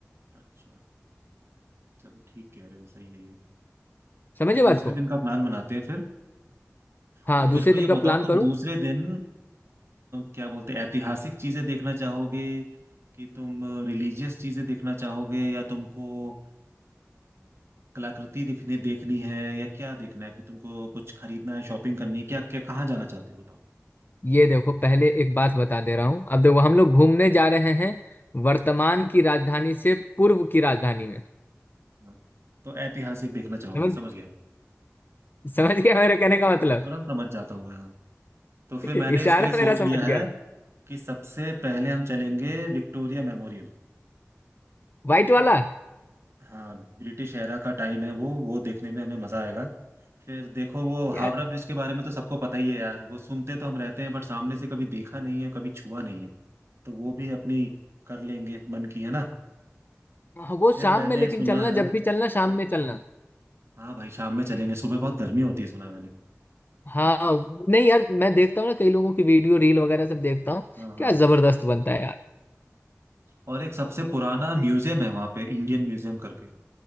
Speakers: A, on the right; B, on the left.
A: अच्छा चलो ठीक कह रहे हो सही है ये
B: समझे
A: फिर दूसरे
B: बात को
A: दिन का प्लान बनाते हैं फिर
B: हाँ
A: तो मेरे
B: दूसरे
A: को
B: दिन
A: ये
B: का
A: बताओ
B: प्लान
A: तुम
B: करो
A: दूसरे दिन आ, क्या बोलते हैं ऐतिहासिक चीजें देखना चाहोगे कि तुम रिलीजियस चीजें देखना चाहोगे या तुमको आ, कलाकृति दिखने देखनी है या क्या देखना है कि तुमको कुछ खरीदना है शॉपिंग करनी है, क्या क्या कहाँ जाना चाहते हो बताओ
B: ये देखो पहले एक बात बता दे रहा हूँ अब देखो हम लोग घूमने जा रहे हैं वर्तमान
A: हम्म,
B: की राजधानी से पूर्व की राजधानी
A: हाँ। तो ऐतिहासिक देखना चाहोगे
B: में
A: समझ गया ना
B: समझ गया मेरे कहने का
A: हाँ
B: मतलब
A: तुरंत समझ जाता हूँ मैं हाँ तो फिर
B: <laughs>
A: मैंने
B: इशारा
A: इसके लिए सोच
B: मेरा
A: लिया
B: समझ गया
A: है कि सबसे पहले हम चलेंगे विक्टोरिया मेमोरियल
B: व्हाइट
A: ठीक है
B: वाला
A: हाँ ब्रिटिश एरा का टाइम है वो वो देखने में हमें मजा आएगा फिर देखो वो
B: यार
A: हावड़ा ब्रिज के बारे में तो सबको पता ही है यार वो सुनते तो हम रहते हैं बट सामने से कभी देखा नहीं है कभी छुआ नहीं है तो वो भी अपनी कर लेंगे मन की है ना
B: हाँ, वो
A: फिर
B: शाम
A: मैंने
B: में लेकिन
A: सुना
B: चलना
A: है
B: जब भी चलना शाम में चलना
A: हाँ भाई शाम में चलेंगे सुबह बहुत गर्मी होती है सुना है मैंने
B: हाँ नहीं यार मैं देखता हूँ ना कई लोगों की वीडियो रील वगैरह सब देखता हूँ
A: हाँ हाँ
B: क्या जबरदस्त बनता है यार
A: और एक सबसे पुराना म्यूजियम है वहाँ पे इंडियन म्यूजियम करके